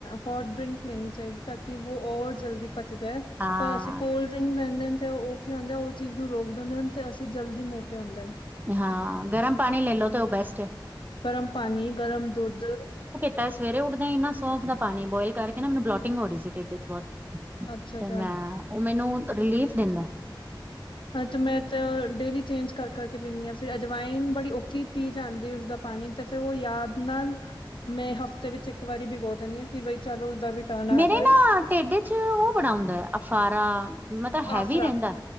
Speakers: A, on the left; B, on the right.
A: ਹੋਟ ਡਰਿੰਕ ਲੈਣੀ ਚਾਈਦੀ ਕ ਕਿ ਵੋ ਔਰ ਜਲਦੀ ਪਚ ਜਾਏ।
B: ਹਾਂ
A: ਪਰ ਅਸੀ ਕੋਲਡ ਡਰਿੰਕ ਲੇਂਦੇ ਨੇ ਤੇ ਓ ਕੀ ਹੁੰਦਾ ਐ, ਔ ਚੀਜ਼ ਨੂੰ ਰੋਕ ਦੇਂਦੇ ਨ ਤੇ ਅਸੀ ਜਲਦੀ ਮੋਟੇ ਹੁੰਦੇ ਨ।
B: ਹਾਂ ਗਰਮ ਪਾਣੀ ਲੇ ਲੋ ਤੇ ਓ ਬੈਸਟ ਏ।
A: ਗਰਮ ਪਾਣੀ ਗਰਮ ਦੁੱਧ।
B: ਤਾਂ ਸਵੇਰੇ ਉਠਦਿਆਂ ਇ ਨਾ ਸੌਂਫ ਦਾ ਪਾਣੀ ਬੋਇਲ ਕਰਕੇ ਨਾ ਮੈਨੂੰ ਬਲੋਟਿੰਗ ਹੋ ਰੀ ਸੀ ਟੇਡ ਇਸ ਚ ਬੋਤ। ਤੇ
A: ਅੱਛਾ-ਅੱਛਾ
B: ਮੈਂ ਓ ਮੈਨੂੰ ਰਿਲੀਫ਼ ਦੇਂਦਾ ਐ।
A: ਹਾਂ ਤੇ ਮੈਂ ਤੇ ਡੇਲੀ ਚੇਂਜ ਕਰ ਕਰਕੇ ਪੀਨੀ ਆਂ। ਫਿਰ ਅਜਵਾਇਨ ਬੜੀ ਔ ਕਿ ਪੀ ਜਾਂਦੇ ਉਸਦਾ ਪਾਣੀ ਤੇ ਫੇਿਰ ਉਹ ਯਾਦ ਨਾਲ ਮੈਂ ਹਫ਼ਤੇ ਵਿੱਚ ਇੱਕ ਵਾਰੀ ਭਿਗਾੋ ਦਿੰਦੀ ਹਾਂ ਕਿ ਬਈ ਚਲ ਉਸਦਾ ਵੀ ਟਰਨ ਆ
B: ਮੇਰੇ
A: ਜਾਏ
B: ਨਾ ਢਿੱਡ ਚ ਉਹ ਬੜਾ ਹੁੰਦਾ ਹੈ। ਅਫਾਰਾ ਮਤ ਤਾਂਬ ਹੈਵੀ
A: ਆਫਰਾ
B: ਰਹਿੰਦਾ